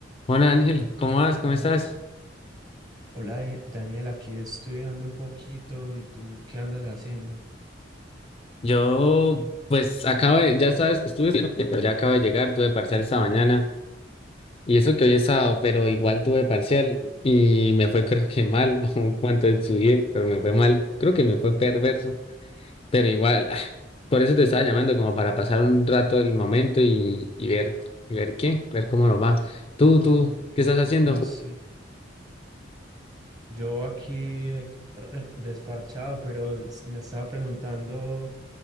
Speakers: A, on the left; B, on the right.
A: Hola Ángel, ¿cómo vas? ¿Cómo estás?
B: Hola eh, Daniel, aquí estudiando un poquito y tú qué andas haciendo.
A: Yo, pues, acabo de, ya sabes, estuve estudiando, pero ya acabo de llegar, tuve parcial esta mañana, y eso que hoy es sábado, pero igual tuve parcial, y me fue creo que mal, <laughs> aun cuanto estudié, pero me fue mal, creo que me fue perverso, pero igual, <laughs> ah, por eso te estaba llamando, como para pasar un rato del momento y, y ver, y ver qué, ver cómo nos va. Tú, tú, ¿qué estás haciendo?
B: Uy, sí, yo aquí eh, re- desparchado, pero s- me estaba preguntando